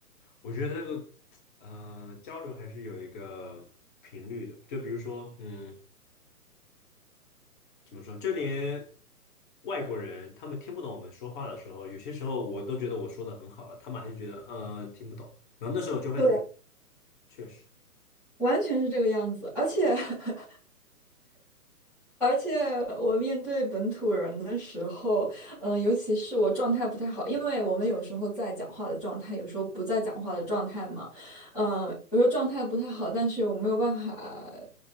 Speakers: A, on the left (about 30°); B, in the centre.
A: 我觉得这个呃交流还是有一个频率的，就比如说嗯。怎么说，就连外国人他们听不懂我们说话的时候，有些时候我都觉得我说的很好了，他们还是觉得呃听不懂，然后那时候就会很
B: 对，
A: 确实，
B: 完全是这个样子，而且 <laughs> 而且我面对本土人的时候，嗯、尤其是我状态不太好，因为我们有时候在讲话的状态，有时候不在讲话的状态嘛，嗯、有时候状态不太好，但是我没有办法，